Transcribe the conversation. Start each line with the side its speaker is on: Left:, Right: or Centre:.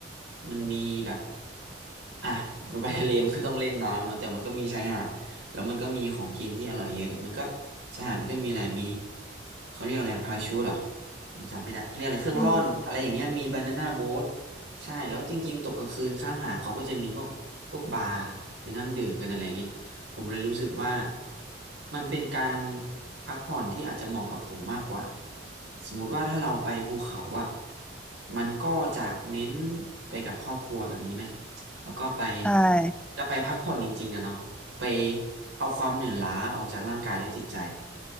Right: มันมีแบบ อ่ะไปทะเลมันก็ต้องเล่นน้ำเนาะแต่มันก็มีชายหาดแล้วมันก็มีของกินที่อร่อยเยอะมันก็ชายหาดมันก็มีอะไรมีเขาเรียกอะไรพาราชูทเหรอผมจำไม่ได้เขาเรียกอะไรเครื่องร่อนอะไรอย่างเงี้ยมีบานาน่าโบ๊ท
Centre: อืม
Right: ใช่แล้วจริงๆตกกลางคืนข้างหาดเขาก็จะมีพวกพวกบาร์ไปนั่งดื่มกันอะไรเงี้ยผมเลยรู้สึกว่ามันเป็นการพักผ่อนที่อาจจะเหมาะกับผมมากกว่าสมมติว่าถ้าเราไปภูเขาอ่ะมันก็จะเน้นไปกับครอบครัวแบบนี้ไหม แล้วก็ไป
Centre: ใช่
Right: จะไปพักผ่อนจริงๆอะเนาะไปเอาความเหนื่อยล้าออกจากร่างกายและจิตใจ